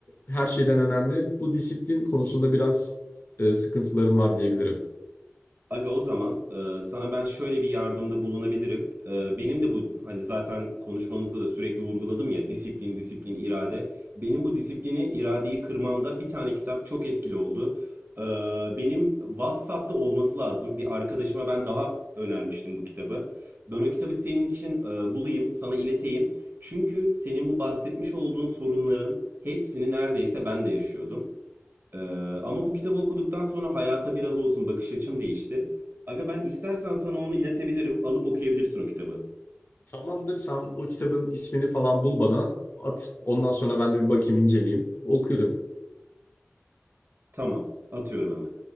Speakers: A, on the left; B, on the right.
A: her şeyden önemli. Bu disiplin konusunda biraz e, sıkıntılarım var diyebilirim.
B: Aga o zaman e, sana ben şöyle bir yardımda bulunabilirim. E, benim de bu hani zaten konuşmamızda da sürekli vurguladım ya disiplin, disiplin, irade. Benim bu disiplini, iradeyi kırmamda bir tane kitap çok etkili oldu. E, benim WhatsApp'ta olması lazım. Bir arkadaşıma ben daha önermiştim bu kitabı. Ben o kitabı senin için e, bulayım, sana ileteyim. Çünkü senin bu bahsetmiş olduğun sorunların hepsini neredeyse ben de yaşıyordum. Ee, ama bu kitabı okuduktan sonra hayata biraz olsun bakış açım değişti. Aga ben istersen sana onu iletebilirim. Alıp okuyabilirsin o kitabı.
A: Tamamdır sen o kitabın ismini falan bul bana at. Ondan sonra ben de bir bakayım inceleyeyim. Okuyorum.
B: Tamam. Atıyorum hemen.